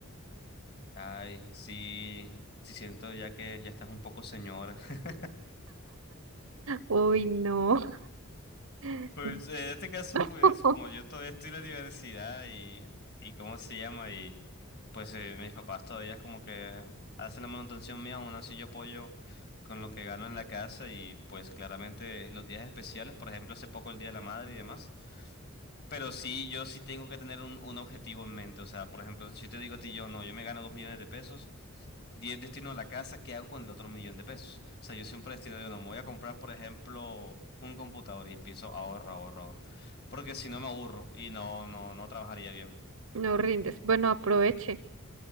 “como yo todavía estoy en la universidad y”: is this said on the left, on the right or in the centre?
Left